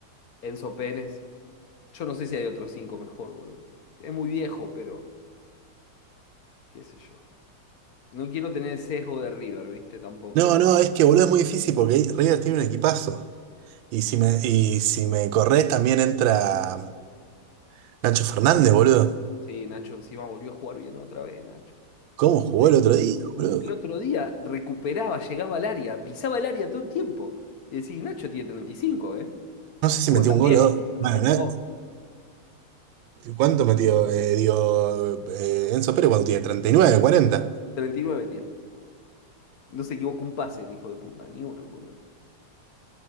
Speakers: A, on the left (about 55°); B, on the right (about 85°).
A: Enzo Pérez. Yo no sé si hay otros cinco mejor, boludo. Es muy viejo, pero qué sé yo. No quiero tener el sesgo de River, ¿viste? Tampoco.
B: No, no, es que boludo es muy difícil porque River tiene un equipazo. Y si me, y si me corres también entra Nacho Fernández, boludo.
A: Sí, Nacho encima volvió a jugar bien otra vez, Nacho.
B: ¿Cómo jugó
A: Sí.
B: el otro día, boludo?
A: El otro día recuperaba, llegaba al área, pisaba el área todo el tiempo. Y decís, Nacho tiene 35, ¿eh?
B: No
A: Tampoco
B: sé si metió
A: es tan
B: un gol
A: viejo,
B: o dos.
A: pero
B: Bueno,
A: tampoco
B: na-
A: es joven.
B: ¿cuánto metió? Eh, dio, eh, Enzo Pérez cuando tiene treinta y nueve cuarenta
A: treinta y nueve tiene. No se equivocó un pase, el hijo de puta, ni uno, boludo.